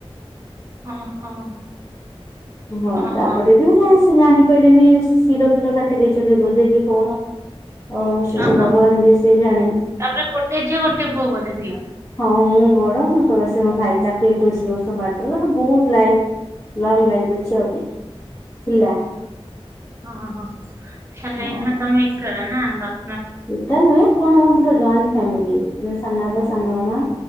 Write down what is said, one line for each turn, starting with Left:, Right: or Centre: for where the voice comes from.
Right: ଓହୋ
Left: ହଁ
Right: ଓହୋ
Left: ତାପରେ ବି, ସେ ଜାଣି ପାରିଲନି ଶିର ଫିର କାଟି ଦେଇଛନ୍ତି ବୋଧେକି କଣ? ହଉ ସେ ତୁ
Right: ଓହୋ
Left: ଭଗବାନ ଯିଏ ସେ ଜାଣେ।
Right: ତାପରେ ଗୋଟେ ଝିଅ ଗୋଟେ ପୁଅ ବୋଧେ ଥିଲ।
Left: ହଁ ମୁଁ ବଡ, ମୋ ତଳେ ସେ ମୋ ଭାଇ, ତାକୁ ଏକୋଇଶି ବର୍ଷ ମାତ୍ର ତ ବହୁତ ଲାଇ ଲଙ୍ଗ ଲାଇଫ୍ ଅଛି ଆହୁରି ଥିଲା।
Right: ହଁ ହଁ, ତାହାଲେ
Left: ହଁ।
Right: ଏନା ତମେ ଏକା ନା ବା
Left: ଏକା ନୁହେଁ, କଣ ଆମର ଜଏଣ୍ଟ ଫ୍ୟାମିଲି ସାନବାପା, ସାନମାମା।